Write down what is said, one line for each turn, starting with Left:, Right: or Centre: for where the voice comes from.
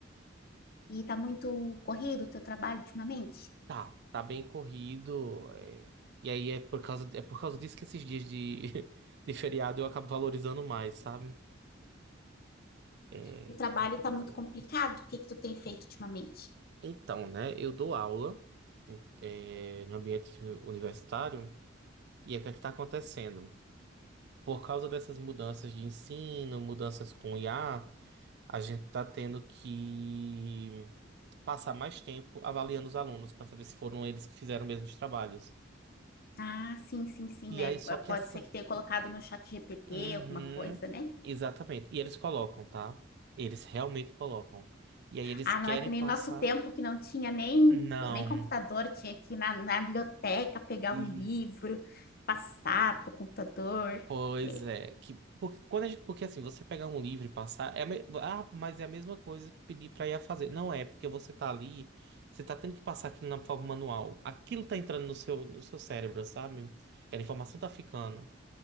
Left: E tá muito corrido o teu trabalho ultimamente?
Right: Tá, tá bem corrido, é, e aí é por causa, é por causa disso que esses dias de, <laughs> de feriado eu acabo valorizando mais, sabe? É
Left: O trabalho
Right: complicado.
Left: tá muito complicado? O que que tu tem feito ultimamente?
Right: Então, né, eu dou aula, é, no ambiente universitário, e aí o que é que tá acontecendo? Por causa dessas mudanças de ensino, mudanças com IA, A gente está tendo que passar mais tempo avaliando os alunos para saber se foram eles que fizeram mesmo os trabalhos.
Left: Ah, sim, sim, sim,
Right: E
Left: né?
Right: aí,
Left: P-
Right: só que
Left: Pode
Right: essa.
Left: ser que tenha colocado no chat GPT
Right: Uhum,
Left: alguma coisa, né?
Right: exatamente. E eles colocam, tá? Eles realmente colocam. E aí, eles
Left: Ah,
Right: querem
Left: não é que nem
Right: passar.
Left: nosso tempo que não tinha nem,
Right: Não.
Left: nem computador, tinha que ir na, na biblioteca pegar
Right: Isso.
Left: o livro, passar pro computador.
Right: Pois
Left: É,
Right: é, que porque quando a gente, porque assim, você pegar um livro e passar, é a me- ah, mas é a mesma coisa que pedir pra ir a fazer. Não é, porque você tá ali, você tá tendo que passar aquilo na forma manual. Aquilo tá entrando no seu no seu cérebro, sabe? Que a informação tá ficando.